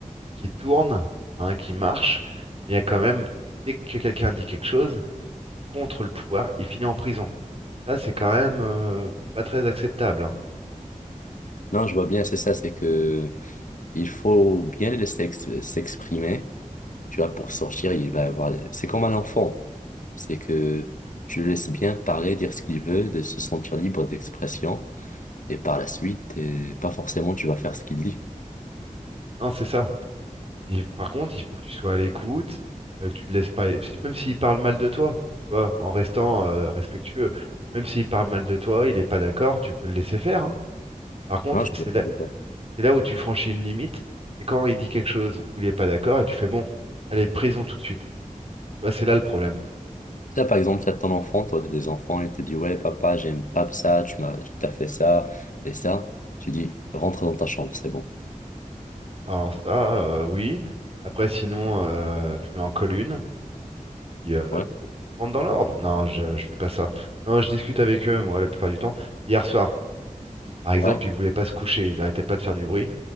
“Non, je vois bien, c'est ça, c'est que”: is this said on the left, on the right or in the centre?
Left